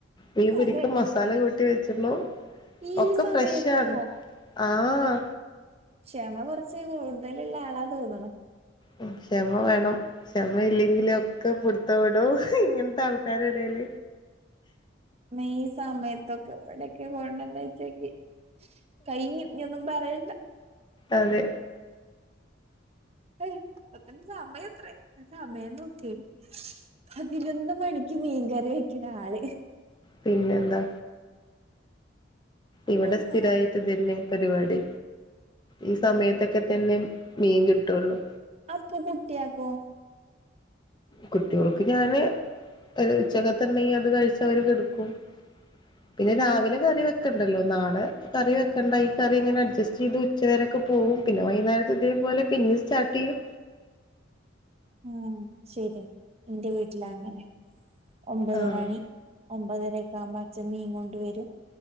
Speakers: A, on the left; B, on the right.
A: മീൻ പൊരിക്ക
B: അതെ
A: മസ് തല കൂട്ടി വെചോള്ളു
B: ഈ
A: ഒക്കെ
B: സമയത്തോ
A: ഫ്രഷ് ആണ് ആഹ്
B: ക്ഷമ കുറച്ച് കൂടുതലുള്ള ആളാന്ന് തോന്നണു
A: ഉം ക്ഷമ വേണം ക്ഷമ ഇല്ലെങ്കിൽ ഒക്കെ പിടിത്തം വിടും ഇങ്ങനത്തെ ആൾക്കാരെടയിൽ
B: ഈ സമയത്തൊക്കെ ഇവിടൊക്കെ കൊണ്ടന്ന് വെച്ചെങ്കി കയിഞ്ഞു ഒന്നും പറയണ്ട
A: അതെ
B: ഏയ് ഇപത്തന്ന സമയത്രയ് സമയം നോക്കെ പതിനൊന്ന് മണിക്ക് മീൻകറി വെക്കണ ആള്
A: പിന്നെ എന്താ ഇവിടെ
B: ആഹ്
A: സ്ഥിരായിട്ട് ഇതന്നെ പരിപാടി ഈ സമയത്തൊക്കെ തന്നെ മീൻ കിട്ടോള്ളൂ
B: അപ്പൊ കുട്ടിയാക്കൊ
A: കുട്ട്യോൾക്ക് ഞാന് ഒരു ഉച്ചകത്തെ ഇണ്ടെങ്കി അത് കഴിച് അവര് കെടക്കും
B: <inaudible>
A: പിന്നെ രാവിലെ കറി വെക്കണ്ടല്ലോ നാളെ കറി വെക്കണ്ട ഈ കറി ഇങ്ങനെ അഡ്ജസ്റ്റ് ചെയ്ത് ഉച്ച വരൊക്കെ പോവും പിന്നെ വൈകുനേരത്ത് ഇതേപോലെ പിന്നേം സ്റ്റാർട്ട് ചെയ്യും
B: ഉം ശരി എന്റെ വീട്ടില് അങ്ങനെ ഒമ്പത്
A: ആഹ്
B: മണി ഒമ്പതര ക്കെ ആവുമ്പോ അച്ഛൻ മീൻ കൊണ്ട് വരും